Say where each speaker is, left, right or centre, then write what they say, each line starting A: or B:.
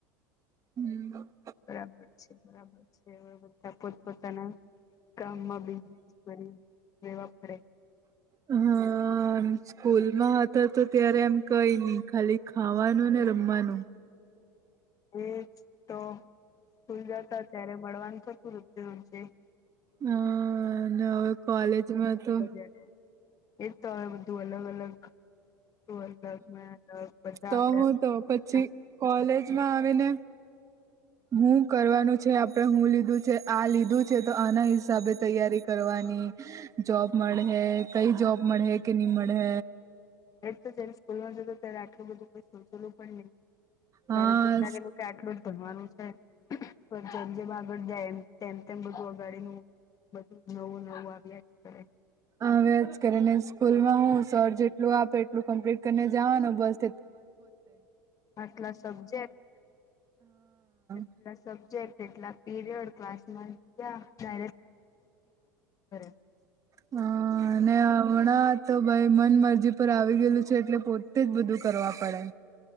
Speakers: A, on the right; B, on the left.
A: હમ.
B: બરાબર છે! બરાબર છે! હવે બધા પોત પોતાના કામમાં <unintelligible> કરી રહેેવા પડે.
A: હા. હા સ્કૂલમાં હતા તો ત્યારે એમ કઈ ની ખાલી ખાવાનું ને રમવાનું.
B: એજ તો સ્કૂલ જતા ત્યારે મળવાનું <unintelligible>
A: હા, હવે કોલેજમાં તો
B: ક્યારે એજ તો હવે બધું અલગ અલગ અલગ અલગ બધા
A: તો
B: આપડે
A: હું
B: અલગ
A: તો
B: થઈ
A: પછી
B: ગયા
A: કોલેજમાં આવીને હું કરવાનું છે આપણે હું લીધું છે આ લીધું છે તો આના હિસાબે તૈયારી કરવાની જોબ મળે કઈ જોબ મળે કે નહી મળે
B: એજ તો જયારે સ્કૂલમાં જતો ત્યારે આટલું બધુંઈ સોચેલું પણ નહીં. ત્યારે
A: હા
B: તેમ લાગેલ કે આટલું જ ભણવાનું છે. પણ જેમ જેમ આગળ જાય તેમ તેમ બધું અ આગાડીનું બધું નવું નવું અભ્યાસ કરે
A: હ રોજ કરીને સ્કૂલ માં હું સર જેટલું આપે એટલું કમ્પ્લીટ કરીને જવાનું બસ
B: આટલા સબ્જેક્ટ
A: <unintelligible>
B: <unintelligible> સબ્જેક્ટ એટલા પીરિયડ ક્લાસ માં ગયા <unintelligible>
A: હ અને હમણા તો ભાઈ મન મરજી પર આવી ગયેલું છે એટલે પોતે જ બધું કરવા પડે